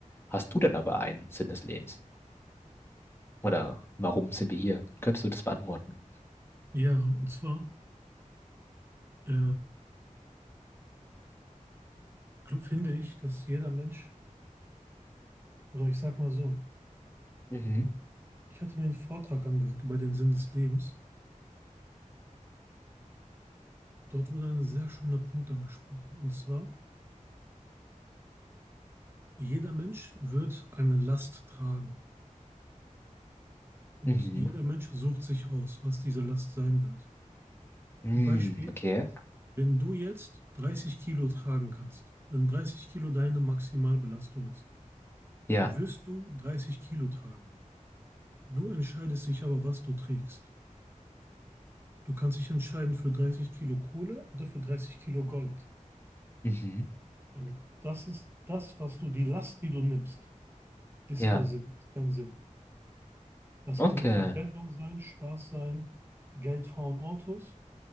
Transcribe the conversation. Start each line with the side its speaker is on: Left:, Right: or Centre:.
Left: Hast du denn aber einen Sinn des Lebens? Oder warum sind wir hier? Könntest du das beantworten?
Right: Ja, und zwar äh, gl- finde ich, dass jeder Mensch, oder ich sag mal so,
Left: Mhm.
Right: mhm, ich hatte mir einen Vortrag angehört über den Sinn des Lebens. Dort wurde ein sehr schöner Punkt angesprochen. Und zwar, jeder Mensch wird eine Last tragen. Und
Left: Mhm.
Right: jeder Mensch sucht sich aus, was diese Last sein wird.
Left: Mhm.
Right: Ein Beispiel,
Left: Okay.
Right: wenn du jetzt 30 Kilo tragen kannst, wenn 30 Kilo deine Maximalbelastung ist,
Left: Ja.
Right: wirst du 30 Kilo tragen. Du entscheidest dich aber, was du trägst. Du kannst dich entscheiden für 30 Kilo Kohle oder für 30 Kilo Gold.
Left: Mhm.
Right: Und das ist das, was du, die Last, die du nimmst, ist
Left: Ja.
Right: der Sinn, ist dein Sinn. Das
Left: Okay.
Right: kann eine Verblendung sein, Spaß sein, Geld, Frauen, Autos